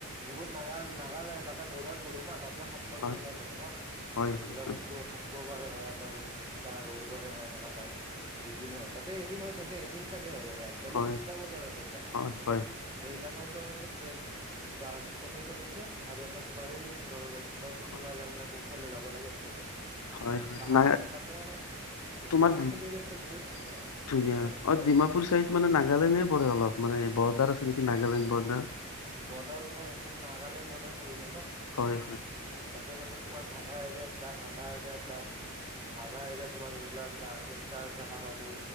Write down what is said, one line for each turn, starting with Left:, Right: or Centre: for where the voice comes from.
Right: বহুত নাগা নাগালে তাতে বজাত গলো নাই তাত সাপ্তাহিক
Left: হয়
Right: বজা থাকে ন
Left: হয়
Right: ধৰি
Left: হয়
Right: লওঁক
Left: হয়
Right: তো শুক্ৰবাৰে হয় এটা ৰবিবাৰে হয় এনেকা টাইপ দুইদিন হয় তাতে এদিন হয় চাগে এদিন চাগে হয়াগে বেলেগ
Left: হয়
Right: দুটা বজাৰ আছে এটা
Left: হয়
Right: এটা ৰেল লাইন ওচৰ তাছত ট্ৰেন, বাছ চবে চলে ছ আৰু এটা তোমাৰ এই ভিতৰত একদম চুঙা
Left: হয়
Right: জাংনা কোফালে যাব লাগে এইফালে
Left: হয় হয়
Right: পাহাৰীয়া
Left: ন,
Right: তাতে মানে
Left: তোমাৰ
Right: জাগা
Left: ধুনীয়া
Right: খিনি কিন্তু বহুত তাতে তাতে
Left: অঁ ডিমাপুৰ ছাইড মানে নাগালেণ্ডে পৰে অলপ, মানে বৰ্ডাৰ আছে নেকি নাগালেণ্ড বৰ্ডাৰ।
Right: বৰ্ডাৰৰও এইফালেনাগালেণ্ড বৰ্ডাৰ পৰি যায় ন।
Left: হয়! হয়!
Right: তাতে মানে তোমাৰ আধা এৰিয়াত, যা, আধা এৰিয়াৰত চাৰ্ছে, আধা এৰিয়াাত তোমাৰ ধৰি লোৱা চাৰ্ছ দেখা পালো